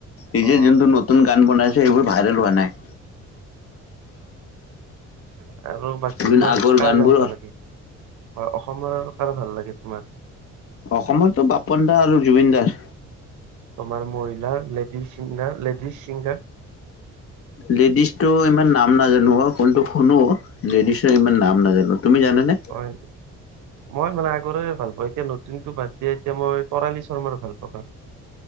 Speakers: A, on the left; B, on the right.
A: নিজে
B: অ
A: যোনটো নতুন গান বনাইছে সেইবোৰ ভাইৰেল হোৱা নাই
B: উ, আৰু বাকী
A: যোন
B: তোমাৰ
A: আগৰ
B: কাৰ
A: গানবোৰ
B: গান ভাল লাগে হয় অসমৰ কাৰ ভাল লাগে তোমাৰ।
A: অসমততো পাপন দা আৰু জুবিনদাৰ
B: তোমাৰ মহিলা লেডিজ চিগাৰ লেডিজ চিংগাৰ
A: লেডিজতটো ইমান নাম নাজানো অ কোনটো শুনো লেডিজৰ ইমান নাম নাজানো তুমি জানানে
B: হয় মই মানে আগৰে ভাল পাও এতিয়া নতুনতটো বাদ দিয়ে এতিয়া মই তৰালী শৰ্মাৰ ভাল পাও গান